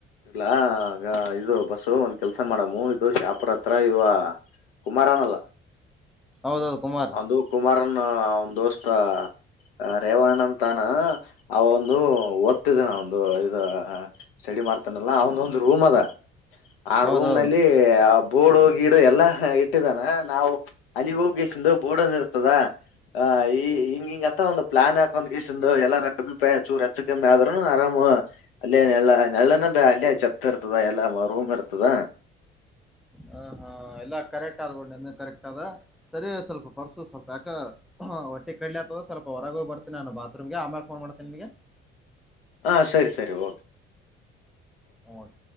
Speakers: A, on the left (about 70°); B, in the centre.
A: ಇಲ್ಲಾ ಈಗ ಇದು ಬಸ್ಸು ಒಂದ್ ಕೆಲ್ಸ ಮಾಡಮ್ಮ ಇದು ಶಾಪುರ ಹತ್ರ ಇವ ಕುಮಾರನಲ್ಲ
B: ಹೌದೌದು ಕುಮಾರ್
A: ಒಂದು ಕುಮಾರನ್ ಒಂದು ದೋಸ್ತ್ ಮತ್ತ ರೇವಣ್ಣ ಅಂತಾನ ಅವ ಒಂದು ಓದ್ತಿದನ ಒಂದು ಇ ಸ್ಟಡಿ ಮಾಡ್ತಾನಲ್ಲ ಆ ಒಂದು ಒಂದು ರೂಮ್ ಅದ ಆ
B: ಹೌದೌದು
A: ರೂಮ್ ನಲ್ಲಿ ಬೋಡು ಗೀಡು ಎಲ್ಲಾ ಇಟ್ಟಿದ್ದಾನ ನಾವು ಅಲ್ಲಿಗೆ ಹೋಗಂದು ಬೋಡ್ ಒಂದ ಇರ್ತದ ಈ ಹಿಂಗಿಂಗ ಅಂತ ಒಂದು ಪ್ಲಾನ್ ಹಾಕೊಂಡ್ ಗೀಸಂದು ಎಲ್ಲಬಪ ಚೂರು ಹೆಚ್ಚು ಕಮ್ಮಿ ಆದ ಆರಾಮ ಅಲ್ಲೇ ನೆಳ್ಳ ನೆಳ್ಳನ ಬ ಅಲ್ಲೇ ಚಪ್ಪ ಇರ್ತದ ಎಲ್ಲ ಮ ರೂಮ್ ಇರ್ತದ
B: ಹ ಹಾ ಎಲ್ಲ ಕರೆಕ್ಟ್ ಆದಬೋ ನಿ ಕರೆಕ್ಟ್ ಆದದ ಸರಿ ಸ್ವಲ್ಪ ಪರ್ಸು ಸ್ವಲ್ಪ ಯಾಕ ಹೊಟ್ಟೆ ಕಡ್ಲಿ ಆತದ ಸ್ವಲ್ಪ ಹೊರಗ ಬರ್ತನಿ ನಾನು ಬಾತ್ರೂಮ್ಗೆ ಆಮೇಲೆ ಫೋನ್ ಮಾಡ್ತೇನೆ ನಿಗೆ
A: ಹಾ ಸರಿ ಸರಿ
B: ಓಕೆ